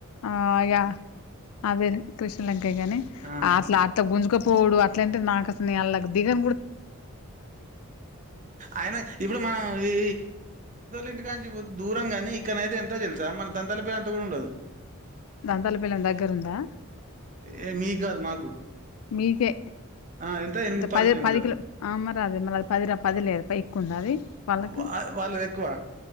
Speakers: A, on the left; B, on the right.
A: ఆ అయా అదే కృష్ణ లంకయ్య గాని
B: ఆ
A: అట్లా అ గుంజుకపోడు అట్లంటే నాకు అసలు దిగా
B: అయిన ఇప్పుడు మనం ఈ ఇంటి కాని దూరం కాని ఇక్కడనైతే ఎంత మన దంతాల పేరు అంత కూడా ఉండదు.
A: దాంతలపిల్లం దగ్గర ఉందా
B: ఏ మీగదు మాకు
A: మీకే
B: ఆ ఎంత ఎనిమిది
A: పది
B: కిలోమీటర్లు
A: పది కిలో అ మరా అదే మరి పదిరా పది లేదు ప ఎక్కువ ఉండది వాళ్ళకి
B: వా వాళ్ళది ఎక్కువ